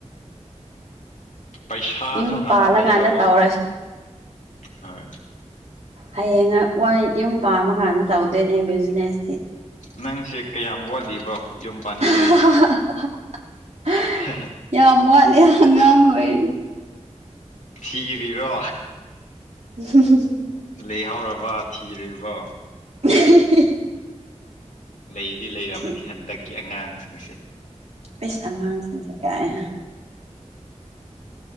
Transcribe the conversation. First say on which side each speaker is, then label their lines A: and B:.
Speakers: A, on the left; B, on the right.
A: ꯄꯩꯁꯥꯁꯨ
B: ꯌꯨꯝ
A: ꯍꯥꯟꯅ
B: ꯄꯥꯜꯂꯀꯥꯟꯗ
A: ꯂꯩꯗꯧꯕꯀꯣ
B: ꯇꯧꯔꯁꯦ
A: ꯍꯣꯏ
B: ꯍꯌꯦꯡ ꯋꯥ ꯌꯨꯝ ꯄꯥꯃ ꯀꯥꯟꯗ ꯇꯧꯗꯣꯏꯅꯦ ꯕꯤꯖꯤꯅꯦꯁꯇꯤ
A: ꯅꯪꯁꯦ ꯀꯌꯥꯝ ꯋꯥꯠꯂꯤꯕ ꯈꯨꯝ ꯄꯥꯅꯤꯡꯦ
B: <unintelligible>
A: ꯍꯣꯏ ꯍꯣꯏ
B: ꯌꯥꯝ ꯋꯥꯠꯂꯦ ꯑꯉꯥꯡ ꯑꯣꯏꯔꯦ
A: ꯊꯤꯔꯤꯔꯣ
B: ꯎ
A: ꯂꯩꯍꯧꯔꯕ ꯊꯤꯔꯤꯕ
B: <unintelligible>
A: ꯂꯩꯗꯤ ꯂꯩꯔꯝꯃꯅꯤ
B: ꯊꯤ
A: ꯍꯟꯗꯛꯀꯤ ꯑꯉꯥꯡꯁꯤꯡꯁꯦ
B: ꯄꯤꯁ ꯑꯉꯥꯡꯁꯤꯡꯁꯦ ꯀꯥꯏ